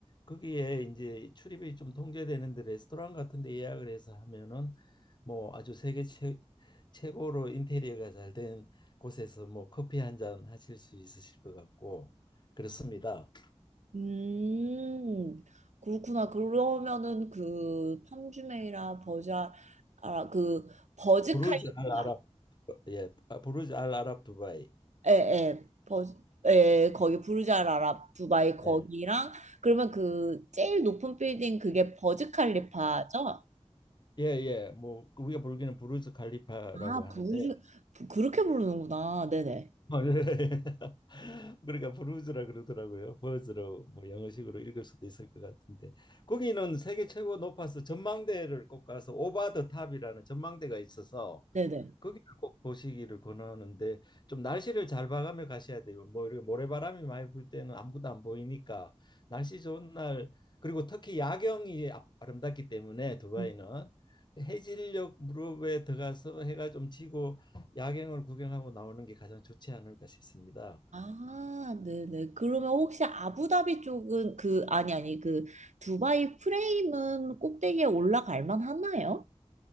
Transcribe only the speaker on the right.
음. 그렇구나. 그러면은 그 팜주메이라 버자 아, 그 버즈칼리파.
에에. 버즈 에, 거기 부르자라라 두바이 거기랑
그러면 그 제일 높은 빌딩 그게 버즈 칼리파죠?
아,
부르즈 부- 그렇게 부르는구나. 네네.
네네.
음.
아, 네네. 그러면 혹시 아부다비 쪽은 그, 아니, 아니, 그, 두바이 프레임은 꼭대기에 올라갈 만 하나요?